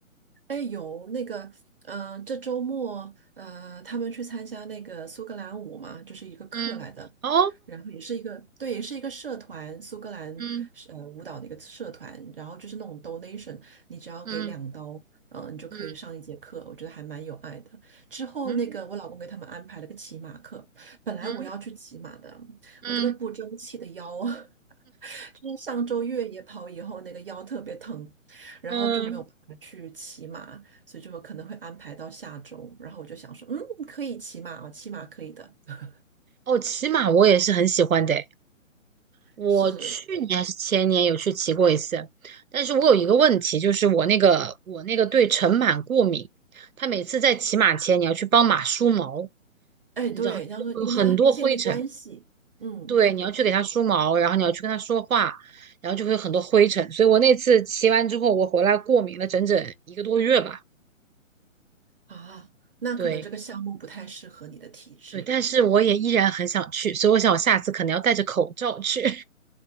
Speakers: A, on the right; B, on the right.
A: 哎，有那个，嗯、这周末，呃，他们去参加那个苏格兰舞嘛，就是一个课来的，
B: 嗯，哦，
A: 然后也是一个，对，也是一个社团，苏格兰是呃舞蹈的一个社团，
B: 嗯
A: 然后就是那种 donation，你只要给两刀，
B: 嗯
A: 嗯、你就可以上一节课，
B: 嗯
A: 我觉得还蛮有爱的。之后那个我老公给他们安排了个骑马课，
B: 嗯
A: 本来我要去骑马的，
B: 嗯嗯，
A: 我这个不争气的腰。<laughs> 就是上周越野跑以后，那个腰特别疼，然后就没有办法去骑马，
B: 嗯，
A: 所以就可能会安排到下周。然后我就想说，嗯，可以骑马哦，骑马可以的。<laughs>
B: 哦，骑马我也是很喜欢的。我去年还是前年有去骑过一次，
A: 是，
B: 但是我有一个问题，就是我那个我那个对尘螨过敏，它每次在骑马前你要去帮马梳毛，
A: 哎，
B: 你知道就会有很多灰尘，
A: 对，要说就跟他建立关系，嗯，
B: 对，你要去给它梳毛，然后你要去跟它说话，然后就会有很多灰尘，所以我那次骑完之后，我回来过敏了整整一个多月吧，
A: 啊，那可能这个项目不太适合你的体质，
B: 对对，但是我也依然很想去，所以我想我下次可能要戴着口罩去，